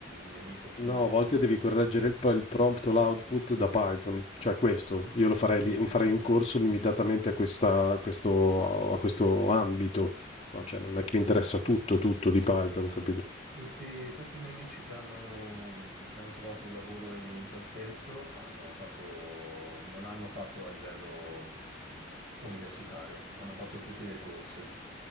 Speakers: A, on the right (about 55°); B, on the left (about 30°).
A: mio amico più...
B: No, a volte devi correggere il, p- il prompt o l'output da Python, cioè questo, io lo farei,
A: Sì,
B: lì-
A: sì,
B: farei
A: sì,
B: un
A: sì.
B: corso limitatamente a, questa- a questo, a questo ambito, no, cioè non è che mi interessa tutto, tutto di Python, capito?
A: Tutti, tutti i miei amici che hanno, che hanno trovato un lavoro in, in tal senso hanno fatto, non hanno fatto a livello universitario, hanno fatto tutti dei corsi.